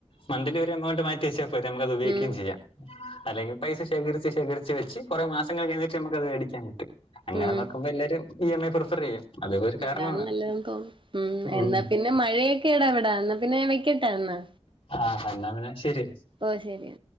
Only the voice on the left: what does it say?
മന്ത്ലി ഒരു എമൗണ്ട് മാറ്റിവെച്ചാപോരെ നമുക്കത് ഉപയോഗികയും
ചെയ്യാം അല്ലെങ്കിൽ പൈസ ശേഖരിച്ച് ശേഖരിച്ച് വെച്ച് കുറെ മാസങ്ങൾ കഴിഞ്ഞിട്ട് നമുക്ക്ത് മേടിക്കാൻ പറ്റും അങ്ങനെ
നോക്കുമ്പോ എല്ലാരും ഇ എം ഐ പ്രിഫർ ചെയ്യും അതും ഒരു കാരണമാണ്
ഉം
ആഹ് ഹ എന്നാപിന്ന ശരി